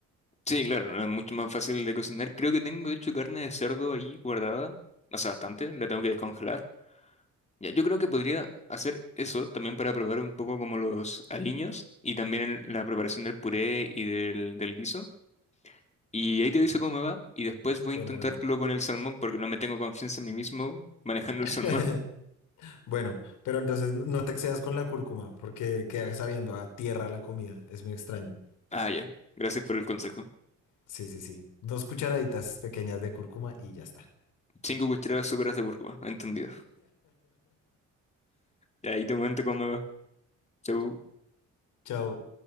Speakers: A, on the left; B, on the left.
A: Sí, claro, no es mucho más fácil de cocinar. Creo que tengo, de hecho, carne de cerdo ahí guardada, hace bastante, la tengo que descongelar. Ya, yo creo que podría hacer eso también para probar un poco como los aliños y también el- la preparación del puré y del, del guiso. Y ahí te dice cómo me va y después voy
B: Bueno,
A: a intentarlo
B: bueno.
A: con el salmón porque no me tengo confianza en mí mismo manejando el
B: <laughs>
A: salmón. <laughs>
B: Bueno, pero entonces no no te excedas con la cúrcuma, porque queda sabiendo a tierra la comida, es muy extraño.
A: Ah, ya, gracias por el consejo.
B: Sí, sí, sí. Dos cucharaditas pequeñas de cúrcuma y ya está.
A: Cinco cucharadas súperas de Cúrcuma, entendido. Y ahí te comento cómo me va. Chau.
B: <laughs> Chao.